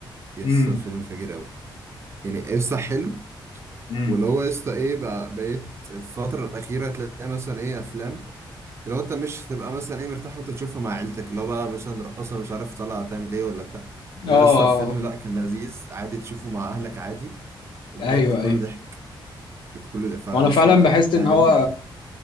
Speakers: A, on the right; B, on the left.
A: يا
B: امم
A: اسطى فيلم فاجر قوي يعني قصة حلو
B: امم
A: واللي هو قصة ايه بقى بقيت الفترة الأخيرة تلاقي مثلا ايه أفلام اللي هو أنت مش هتبقى مثلا ايه مرتاح وأنت تشوفها مع عيلتك اللي هو بقى مثلا رقاصة مش عارف طالعة تعمل ايه ولا بتاع ده
B: اه آه.
A: لسه الفيلم لأ كان لذيذ عادي تشوفه مع أهلك عادي وبجد
B: ايوه
A: كله
B: ايوه
A: ضحك كله ضحك فلسه
B: وانا فعلا بحس ان
A: عجبني
B: هو
A: قوي